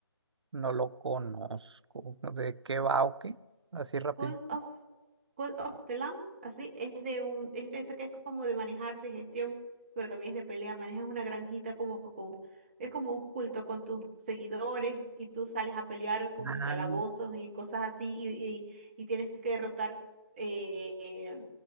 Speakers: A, on the right (about 80°); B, on the right (about 20°).
A: No lo conozco. ¿no? ¿De qué va o qué? Así rápido.
B: Call of, Call of the Lamb, así, es de un, es que ese que es como de manejar, de gestión, pero también es de pelea, manejas una granjita como con, es como un culto con tus seguidores y tú sales a pelear como
A: Ah,
B: en calabozos y cosas así y, y, y tienes que derrotar eh,